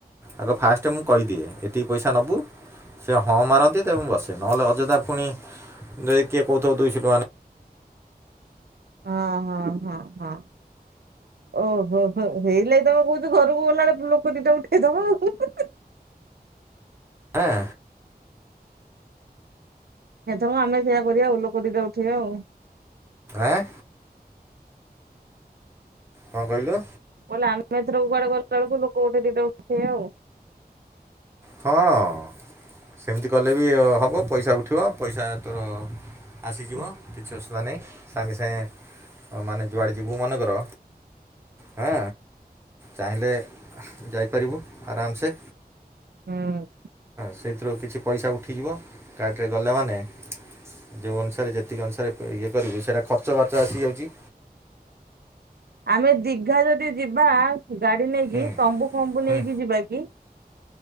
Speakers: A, on the right; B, on the right.
A: ଆଗ ଫାଷ୍ଟ ସେ ମୁଁ କହିଦିଏ ଏତିକି ପଇସା ନବୁ ସେ ହଁ ମାରନ୍ତି ତେବେ ମୁଁ ବସେ। ନହେଲେ ଅଯଥା ପୁଣି ଯଦି କିଏ କହୁଥୁବ ଦୁଇଶହ ଟଙ୍କା ନେ
B: ହଁ, ହଁ, ହଁ, ହଁ। ଓ, ହୋ, ହୋ ସେଇଥିଲାଗି ତୋମେ କହୁଚ ଘରକୁ ଗଲା ବେଳେ ଲୋକ ଦିଟା ଉଠେଇଦବା ଆଉ।
A: ହଁ।
B: ଏଥରକ ଆମେ ସେୟଆ କରିବା ଆଉ ଲୋକ ଦିଟା ଉ ଠେ ଆଉ।
A: ଏଁ କଣ କହିଲୁ?
B: କହିଲା ଆମେ ଏଥର କୁଆଡେ଼ ଗଲା ବେଳକୁ ଲୋକ ଗୋଟେ ଦିଟା ଉଠେଇଆ ଆଉ
A: ହଁ ଅ। ସେମିତି କଲେ ବି ହେବ। ପଇସା ଉଠିବ ପଇସା ଏଥର ଆସିଯିବ
B: ହୁଁ
A: କିଛି ଅସୁବିଧା ନାହିଁ ସାଙ୍ଗେ ସାଙ୍ଗେ ମାନେ ଯୁଆଡ଼େ ଯିବୁ ମନେକର। ହଁ ଚାହିଁଲେ ଯାଇପାରିବୁ। ଆରାମ ସେ
B: ହୁଁ।
A: ସେଇଥିରୁ କିଛି ପଇସା ଉଠିଯିବ କାର୍ଟେରେ ଗଲା ମାନେ ଯେଉଁ ଅନୁସାରେ ଯେତିକ ଅନୁସାରେ ଇଏ କରିବୁ ସେଇଟା ଖର୍ଚ୍ଚ ବାର୍ଚ୍ଚ ଆସିଯାଉଛି।
B: ଆମେ ଦୀଘା ଯଦି ଯିବା ଗାଡି ନେଇକି
A: ହୁଁ
B: ତମ୍ବୁ ଫମ୍ବୁ
A: ହୁଁ
B: ନେଇକି ଯିବା କି?